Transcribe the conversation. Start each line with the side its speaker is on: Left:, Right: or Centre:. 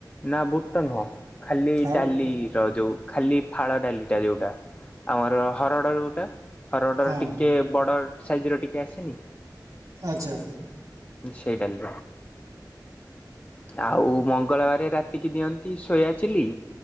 Left: ନାଇ ବୁଟ ନୁହଁ ଖାଲି
Right: ଆଉ
Left: ଡାଲି ର ଯୋଉ ଖାଲି ଫାଳ ଡାଲିଟା ଯୋଉଟା ଆମର ହରଡ ଯୋଉଟା ହରଡର
Right: ହଁ
Left: ଟିକେ ବଡ ସାଇଜ ର ଟିକେ ଆସେନି
Right: ଆଚ୍ଛା।
Left: ସେଇ ଡାଲି ଆଉ ମଙ୍ଗଳବାର ରାତିକି ଦିଅନ୍ତି ସୋୟା ଚିଲି